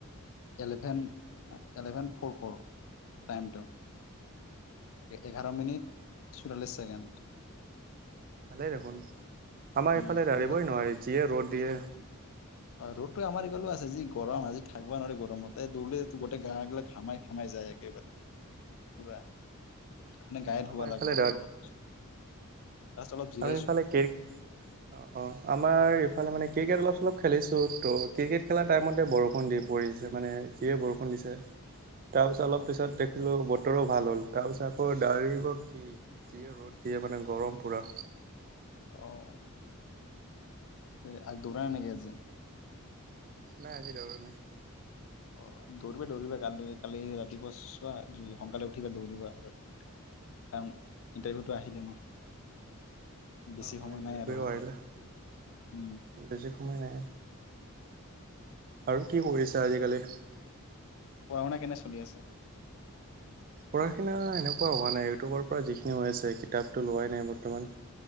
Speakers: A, on the left; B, on the right.
A: eleven eleven four four টাইমটো এঘাৰ মিনিট চৌৰাল্লিছ ছেকেণ্ড।
B: ভালে দেখোন। আমাৰ
A: উম
B: ইফালে দ়বই
A: পুৰা
B: নোৱাৰি যিয়ে ৰ'দ দিয়ে।
A: ৰ'দটো আমাৰ এইফালেও আছে যি গৰম আজি থাকিব নোৱাৰি গৰমত তাই দৌৰিলে গোটেই গা গিলাক ঘামাই খামাই যায় একেবাৰে পুৰা। এখে
B: অ
A: গাই ধুবা
B: আমাৰ ইফালে
A: লাগিব এ অলপ পিছত অলপ জিৰাইছো
B: আমিফালে কে। অ অঁ আমাৰ ইফালে মানে ক্ৰিকেট অলপ চলপ খেলিছোঁ ত' ক্ৰিকেট খেলাৰ টাইমতে বৰষুণ দি পৰিছে মানে যিয়ে বৰষুণ দিছে। তাৰ পিছত অলপ
A: অ
B: পিছত দেখিলো বতৰো ভাল হ'ল, তাৰ পিছত আকৌ দৰিব কি যিয়ে ৰ'দ দিয়ে মানে গৰম পুৰা
A: আহ। তে আজ দৰানে গে আজি
B: নাই আজি দৌৰ নাই।
A: অ দৌৰিবা দৌৰিবা কালি কালি ৰাতিপুৱা চোৱাা সোনকালে উঠিবা, দৌৰিবা কাৰণ ইণ্টাৰভিউটো আহিলে ন। বেছি
B: অঁ
A: সময়
B: অঁ এটক
A: নাই আৰু হাতত
B: আহিল
A: উম
B: বেছি সময় নাই। আৰু কি কৰিছো আজিকালি।
A: পঢ়াওনা কেনে চলি আছে?
B: পঢ়া শুনা এনেকুৱা হোৱা নাই ইউটিউবৰ পৰা যিখিনি হৈ আছে কিতাপটো লোৱাই নাই বৰ্তমান।